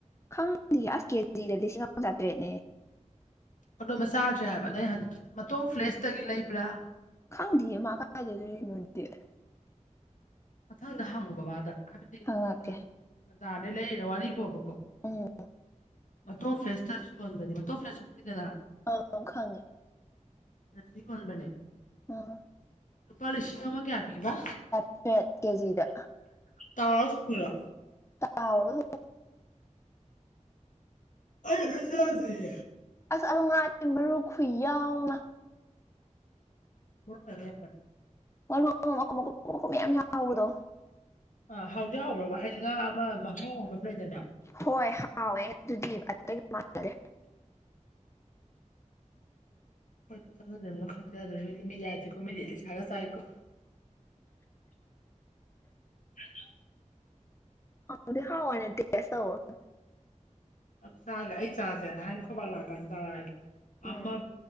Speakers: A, on the left; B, on the left.
A: ꯈꯪꯗꯤꯌ‌ꯦ ꯑꯁ ꯀꯦꯖꯤꯗ ꯂꯤꯁꯤꯡ ꯑꯃ ꯆꯥꯇ꯭ꯔꯦꯠꯅꯦ
B: ꯐꯃ <unintelligible> ꯆꯥꯗ꯭ꯔꯦ ꯍꯥꯏꯕ ꯑꯗꫭ ꯑꯩ ꯍꯥꯏꯗꯤ ꯃꯇꯣꯡ ꯐ꯭ꯂꯦꯁꯇꯒꯤ ꯂꯩꯕ꯭ꯔꯥ
A: ꯈꯪꯗꯤꯌꯦ ꯃꯥ ꯀꯥꯗꯥꯏꯗꯩꯔꯤꯅꯣꯗꯤ
B: ꯃꯊꯪꯗ ꯍꯪꯉꯨ ꯕꯕꯥꯗ ꯍꯥꯏꯕꯗꯤ
A: ꯍꯪꯉꯛꯀꯦ
B: ꯕꯖꯥꯔꯗꯩ ꯂꯩꯔ ꯋꯥꯔꯤ ꯕꫭꯕꯀꯣ
A: ꯎꯝ
B: ꯃꯇꯣꯡ ꯐ꯭ꯔꯦꯁꯇꯁꯨ ꯌꯣꯟꯕꯅꯤ ꯃꯇꯣ ꯐ꯭ꯔꯦꯁꯁꯨ ꯈꯪꯉꯤꯗꯅ
A: ꯑꯥꯎ ꯈꯪꯉꯦ
B: ꯑꯗꯗꯤ ꯌꫭꯟꯕꯅ‌ꯦꯕ
A: ꯑꯥ
B: ꯂꯨꯄꯥ ꯂꯤꯁꯤꯡ ꯑꯃ ꯀꯩꯌꯥ ꯄꯤꯕ
A: ꯆꯥꯇꯄꯦꯠ ꯀꯦꯖꯤꯗ
B: ꯇꯥꯎꯔ ꯊꫭꯡꯉꯤꯔꫭ
A: ꯇ <unintelligible>
B: ꯑꯩ ꯑꯃꯇꯥ ꯆꯗꯔꯤꯌ‌ꯦ
A: ꯑꯁ ꯑꯗꯨ ꯉꯥꯗꯤ ꯃꯔꯨ ꯈꯨꯨꯏ ꯌꯥꯎ ꯑꯃ
B: ꯀꯦ ꯌꯥ <unintelligible>
A: ꯃꯔꯨ ꯃꯀꯨꯞ ꯃꯀꯨꯞ ꯑꯣ <unintelligible> ꯃꯌꯥꯝ ꯌꯥꯎꯕꯗꯣ
B: ꯑ ꯍꯥꯎꯗꯤ ꯍꯥꯎꯕꯔꯥꯕ ꯍꯥꯏꯗꯤ ꯉꯥ ꯑꯃ ꯃꯍꯥꯎ ꯍꯥꯏꯕ ꯑꯃ ꯂꯩꯗꯅ
A: ꯍꯣꯏ ꯍꯥꯎꯋꯦ ꯑꯗꯨꯗꯤ ꯑꯇꯩ ꯃꯥꯟꯅꯗ‌‌ꯦ
B: ꯍꯣꯏ ꯆꯪꯖꯗꯔꯤꯃꯤꯅ ꯈꯪꯖꯗꯔ‌ꯦ ꯃꯤꯗꯤ ꯃꯤꯗꯤꯌꯥꯗ‌ꯦꯀꯣ ꯃꯤꯗꯤ ꯏꯂꯤꯁꯥꯒ ꯆꯥꯏꯀꯣ ꯎ <unintelligible>
A: ꯍꯥꯎ ꯍꯥꯎꯕꯅ‌ꯦ ꯇ‌ꯦꯁ ꯇꯧꯋꫭ
B: ꯆꯥꯒꯦ ꯑꯩ ꯆꯥꯁꯦꯅ ꯍꯥꯏꯅ‌ꯦ ꯑꯈꫭꯏꯕꯥ ꯂꯥꯛꯑꯀꯥꯟꯗ ꯆꯥꯔꯛꯑꯒꯦ
A: ꯎꯝ
B: ꯑꯃ